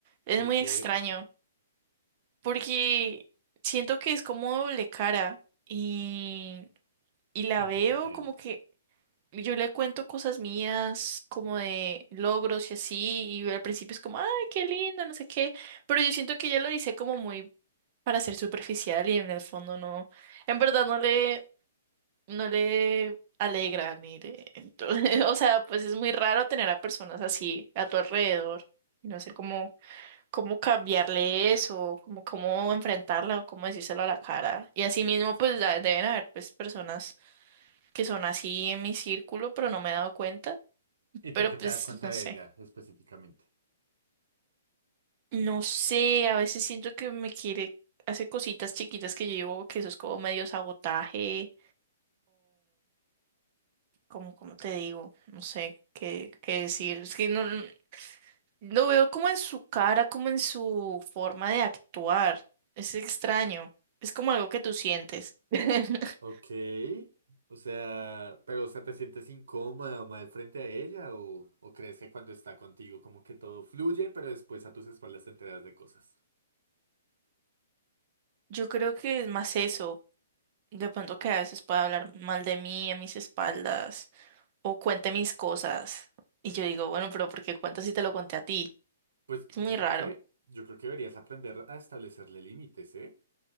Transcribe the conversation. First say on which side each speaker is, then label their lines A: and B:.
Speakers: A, on the right; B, on the right.
A: Es
B: Ok.
A: muy extraño porque siento que es como doble cara y, y la
B: ¿En
A: veo
B: qué sentido?
A: como que yo le cuento cosas mías como de logros y así y al principio es como, ay, qué lindo, no sé qué. Pero yo siento que ella lo dice como muy para ser superficial y en el fondo no, en verdad no le, no le alegra ni le, entonces, <laughs> o sea, pues es muy raro tener a personas así a tu alrededor. y No sé cómo, cómo cambiarle eso, cómo, cómo enfrentarla o cómo decírselo a la cara. Y así mismo, pues da- deben haber pues personas que son así en mi círculo, pero no me he dado cuenta.
B: ¿Y
A: Pero
B: por qué
A: pues
B: te das cuenta
A: no
B: de
A: sé.
B: ella específicamente?
A: No sé, a veces siento que me quiere, hace cositas chiquitas que yo digo que eso es como medio sabotaje. como, como te digo, no sé qué, qué decir. Es que no, no- lo veo como en su cara, como en su forma de actuar. Es extraño. Es como algo que tú sientes. <laughs>
B: Ok. O sea, pero o sea, ¿te sientes incómoda o mal frente a ella? ¿O, o crees que cuando está contigo como que todo fluye, pero después a tus espaldas te enteras de cosas?
A: Yo creo que es más eso. De pronto que a veces puede hablar mal de mí a mis espaldas o cuente mis cosas. Y yo digo, bueno, pero ¿por qué cuento si te lo conté a ti?
B: Pues
A: Es
B: yo
A: muy
B: creo
A: raro.
B: que, yo creo que deberías aprender a establecerle límites, ¿eh?